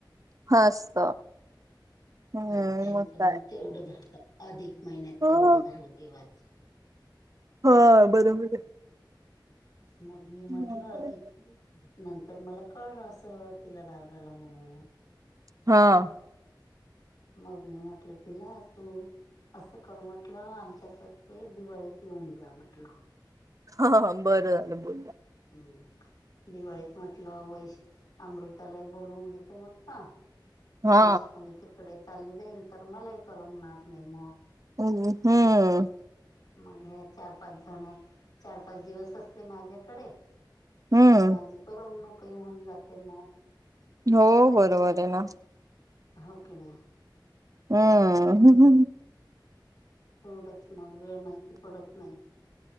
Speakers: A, on the right (about 45°); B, on the left (about 65°).
A: हस्त. हम्म
B: ह त्यांचं मग
A: काय
B: तेवढं झालं, अधिक महिन्यात
A: हा
B: तेवढं झालं देवाचं.
A: हा बरोबर ये.
B: मग मी
A: हम्म.
B: म्हटलं की नंतर मला कळलं असं. तिला राग आला म्हणून.
A: हा. ‌
B: मग मी म्हटलं तिला तू असं कर म्हटलं, आमच्याकडे दिवाळीत येऊन जा म्हटलं.
A: हां.. बरं झालं बोल्या.
B: हम्, दिवाळीत म्हटलं वैष अमृतालाही बोलवून घेतो, म्हटलं
A: हा
B: पैसे कमी ते. तिकडे चालली जाईल तर, मलाही करमणार नाही मग.
A: हम् हम्म.
B: मग हे चार पाच जण चार पाच दिवस असले माझ्याकडे.
A: हम्म.
B: ते माझी करम न काही होऊन जाते मग.
A: हो बरोबर आहे ना.
B: हो की नायी?
A: अं.. ह ह.
B: तेवढंच मग वेळ माहिती पडत नाही.